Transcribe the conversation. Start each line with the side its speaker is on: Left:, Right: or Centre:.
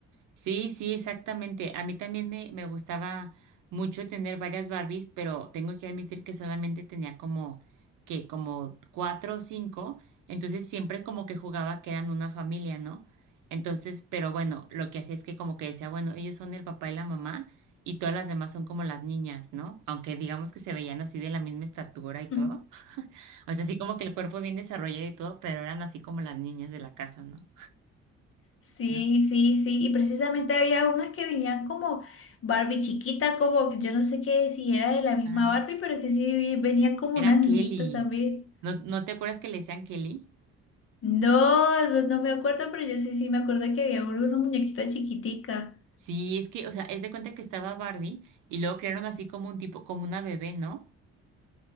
Right: Sí, sí, exactamente. A mí también me, me gustaba mucho tener varias Barbies, pero tengo que admitir que solamente tenía como que como cuatro o cinco, entonces siempre como que jugaba que eran una familia, ¿no? Entonces, pero bueno, lo que hacía es que como que decía, bueno, ellos son el papá y la mamá y todas las demás son como las niñas, ¿no? Aunque digamos que se veían así de la misma estatura y
Left: <laughs>
Right: todo. O sea, así como que el cuerpo bien desarrollado y todo, pero eran así como las niñas de la casa, ¿no?
Left: Sí,
Right: ¿No?
Left: sí, sí. Y precisamente había unas que venían como Barbie chiquita, como que yo no sé qué si era de la misma
Right: Ah.
Left: Barbie, pero sí, sí, vi- venían como
Right: Era
Left: unas niñitas
Right: Kelly.
Left: también.
Right: ¿No, no te acuerdas que le decían Kelly?
Left: No, no, no me acuerdo, pero yo sí, sí me acuerdo que había una muñequita chiquitica.
Right: Sí, es que, o sea, es de cuenta que estaba Barbie y luego crearon así como un tipo, como una bebé, ¿no?